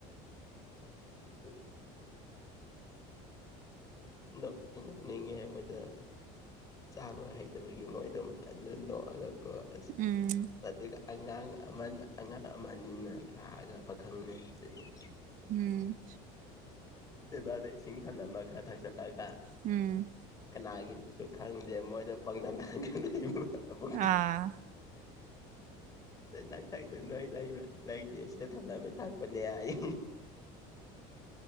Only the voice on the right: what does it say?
ꯎꯝ
ꯎꯝ
ꯎꯝ
ꯑꯥ